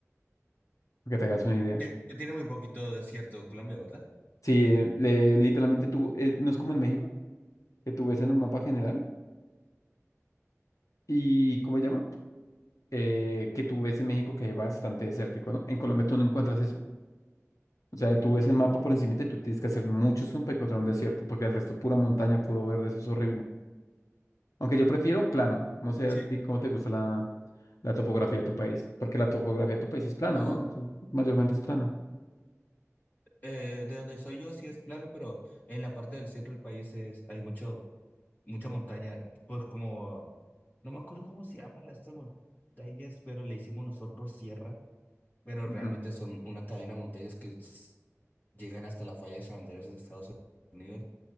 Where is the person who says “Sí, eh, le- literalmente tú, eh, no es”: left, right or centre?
Left